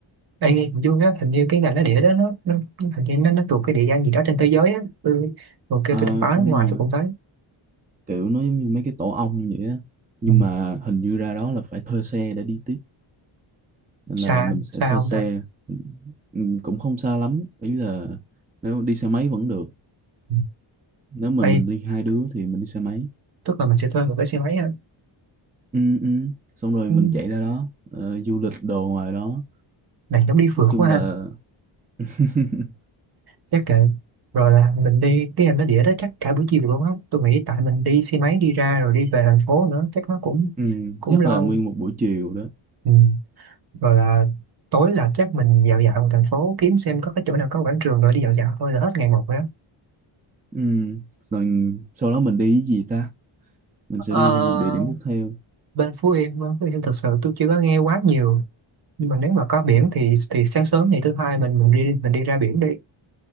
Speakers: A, on the right; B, on the right.
A: Ê, nghe cũng vui á hình như cái ngành nó địa đó nó, nó hình như nó, nó thuộc cái địa danh gì đó trên thế giới á tôi hồi kia
B: Ờ,
A: tôi đọc báo
B: đúng
A: nước ngoài
B: rồi,
A: tôi cũng thấy
B: kiểu nó giống như mấy cái tổ ong vậy á. Nhưng
A: ừ.
B: mà hình như ra đó là phải thuê xe để đi tiếp nên
A: xa
B: là mình sẽ
A: xa
B: thuê
A: không
B: xe.
A: ta
B: Ừ, cũng không xa lắm, ý là nếu đi xe máy vẫn được.
A: ừ.
B: Nếu mà
A: Ê,
B: mình đi hai đứa thì mình đi xe máy.
A: tức là mình sẽ thuê một cái xe máy ha
B: Ừ, ừ. Xong rồi
A: ừ.
B: mình chạy ra đó, ờ, du lịch đồ ngoài đó.
A: này giống đi phượt
B: Nói chung
A: quá ha
B: là <laughs>
A: chắc kệ rồi là mình đi cái ngành nó địa đó chắc cả buổi chiều luôn á tôi nghĩ tại mình đi xe máy đi ra rồi đi về thành phố nữa chắc nó cũng
B: ừ,
A: cũng
B: chắc
A: lâu
B: là nguyên một buổi chiều đó.
A: ừ. rồi là tối là chắc mình dạo dạo một thành phố kiếm xem có cái chỗ nào có quảng trường rồi đi dạo dạo thôi là hết ngày một rồi đó
B: Ừ. Rồi sau đó mình đi cái gì ta? Mình
A: Ờ,
B: sẽ đi thêm một địa điểm tiếp theo.
A: bên Phú Yên bên Phú Yên thực sự tôi chưa có nghe quá nhiều nhưng mà nếu mà có biển thì thì sáng sớm ngày thứ hai mình mình đi mình đi ra biển đi